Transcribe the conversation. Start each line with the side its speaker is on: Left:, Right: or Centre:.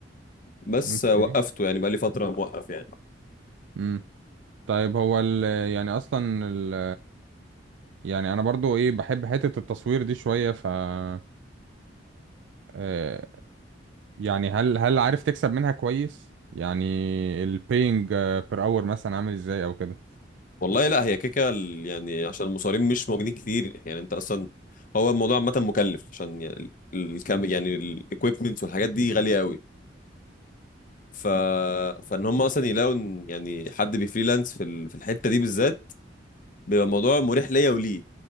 Left: بس
Right: اوكي
Left: آه، وقفته يعني بقى لي فتره موقف يعني
Right: امم طيب هو ال يعني اصلا ال يعني انا برضو ايه بحب حتة التصوير دي شوية ف آه، آه، يعني هل هل عارف تكسب منها كويس يعني البينج بير اور مثلا عامل ازاي او كده
Left: والله لا هي كيكه ال- يعني عشان المصارين مش موجودين كتير يعني انت اصلا هو الموضوع عامه مكلف عشان يعني ال- الكام يعني الايكويبمنتس والحاجات دي غاليه قوي ف فان هم مثلا يلاقوا إن يعني حد بيفريلانس في ال- في الحته دي بالذات بيبقى الموضوع مريح ليا وليه